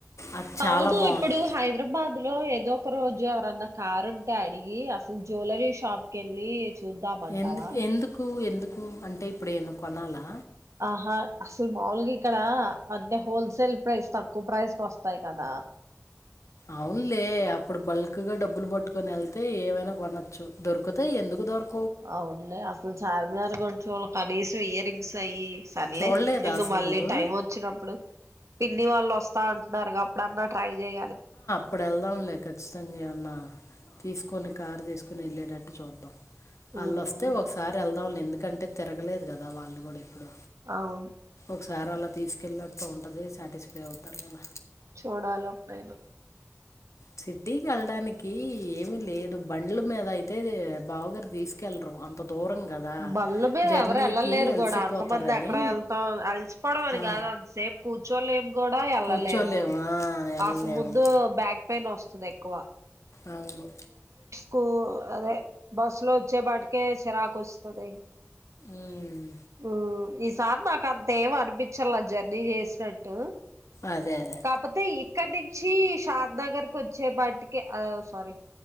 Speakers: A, on the left; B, on the right.
A: అది చాలా
B: అవును
A: బాగుంది
B: ఇప్పుడు హైదరాబాద్ లో ఏదో ఒక రోజు ఎవరన్నా కార్ ఉంటే అడిగి అప్పుడు జ్యువెలరీ షాప్ కీ వెళ్ళి చుద్దామంటవా
A: ఎందుకు ఎందుకు ఎందుకు అంటే ఇప్పుడు ఏన్న కొనాలా
B: ఆహా అసలు మాములుగా ఇక్కడ అంటే హోల్సేల్ ప్రైస్ తక్కువ ప్రైస్ కోస్తాయి కదా
A: అవునులే అప్పుడు బల్క్ గా డబ్బులు పట్టుకొని వెళ్తే ఏమైనా కొనొచ్చు దొరుకుతై ఎందుకు దొరక
B: అవులే అసల్ చార్మినార్ కొంచం కనీసం ఇయర్ రింగ్స్ అయ్యి సర్లే
A: చూడలేదా
B: ఇంకా
A: అసలు
B: మళ్ళీ
A: నువ్వు
B: టైం వచ్చినప్పుడు పిన్ని వాళ్ళు వస్తా అంటున్నారు కాప్పుడన్నా ట్రై చేయాలి
A: ఇప్పుడు వెళ్దాంలే ఖచ్చితంగా ఏమన్నా తీసుకొని కారు తీస్కుని వెళ్ళేటట్టు చూద్దాం
B: ఉమ్,
A: ఆలోస్తే ఒకసారి ఎల్ పోన్లే ఎందుకంటే తిరగలేదు కదా వాళ్ళు కూడా ఇప్పుడు
B: అవును
A: ఒకసారి అలా తీసుకెళ్ళినట్టు ఉంటుంది సాటిస్ఫై అవుతారు కదా
B: చూడాలి అప్పుడైనా
A: సిటీకి వెళ్డానికి ఏమి లేదు బండ్ల మీద అయితే బావగారు తీసుకెళ్లరు అంత దూరం కదా
B: బళ్ల మీద
A: జర్నీకి
B: ఎవరు వెళ్ళలేరు
A: అలసిపోతారని
B: కూడా అంతమంది ఎక్కడ వెళ్తాం అలిసిపోవడం అని
A: ఆ,
B: కాదు అంతసేపు కూర్చోలేం కూడా ఎళ్లాలేము
A: కూర్చోలేము ఆ, వెళ్ళలేము
B: అసలు ముందు బ్యాక్ పెయిన్ వస్తుంది ఎక్కువ
A: అవును
B: కొ అదే బస్ లో వచ్చే వాటికే చిరాకు వస్తు ఓవెన్
A: ఉమ్,
B: ఉమ్మ్ ఈసార్ నాక్ అంత ఏమ అనిపించాల జర్నీ చేసినట్టు
A: అదే అదే
B: కప్పుతే అక్కడ నుంచి షాద్ నగర్ కు వచ్చే బటికే అ సారీ